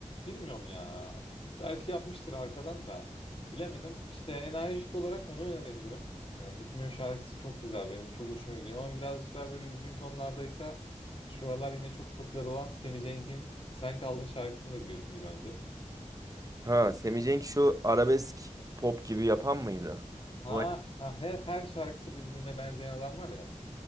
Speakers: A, on the left; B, on the right.
A: bilmiyorum ya. Belki yapmıştır arkadan da. Bilemedim. İşte enerjik olarak onu önerebilirim. Ee, Bitmiyor şarkısı çok güzel. Benim çok hoşuma gidiyor ama birazcık daha böyle üzgün tonlardaysa şu aralar yine çok popüler olan Semi Cenk'in Sen Kaldın şarkısını da biliyorsundur bence.
B: Ha Semih Cenk şu arabesk pop gibi yapan mıydı?
A: Ha,
B: O
A: ha her her şarkısı birbirine benzeyen adam var ya.